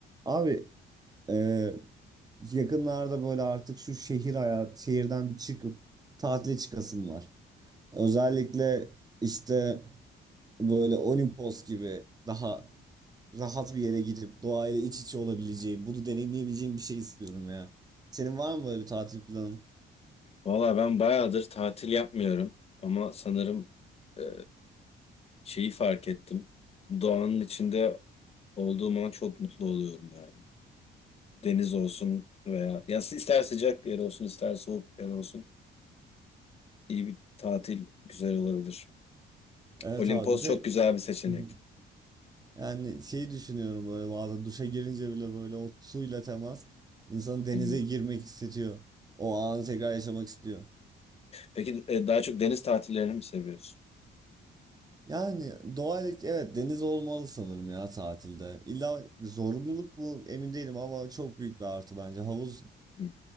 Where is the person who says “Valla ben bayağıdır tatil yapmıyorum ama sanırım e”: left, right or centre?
Left